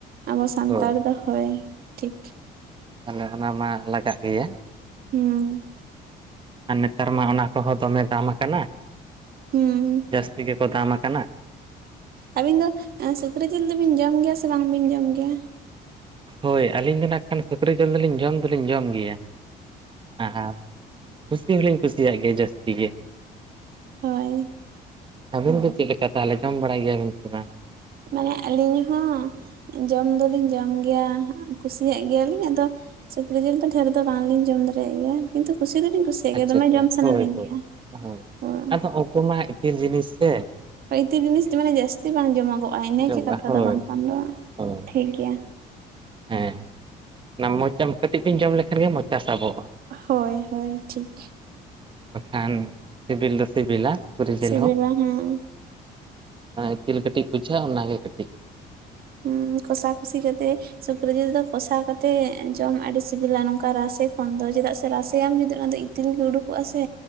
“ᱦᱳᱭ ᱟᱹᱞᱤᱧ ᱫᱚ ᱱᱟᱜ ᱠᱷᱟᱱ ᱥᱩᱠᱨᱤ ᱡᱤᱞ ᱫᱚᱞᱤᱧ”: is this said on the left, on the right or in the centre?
Right